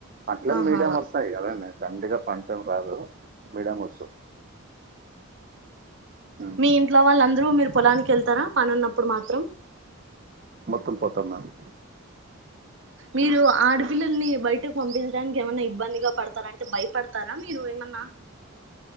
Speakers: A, on the right; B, on the right.
A: మట్ల
B: ఆహా
A: మీడియా వర్స్తాయి అద దండిగా పంటేం రాదు మీడియం వస్తుంది ఉమ్,
B: మీ ఇంట్లో వాళ్ళందరూ మీరు పొలానికి వెళ్తారా పని ఉన్నప్పుడు మాత్రం
A: మొత్తం పోతాం మేము
B: మీరు ఆడపిల్లల్ని బయటకు పంపిస్ డానికి ఏమన్నాఇబ్బందిగా పడతారాండి టే భయపడు తారా మీరు ఏమన్నా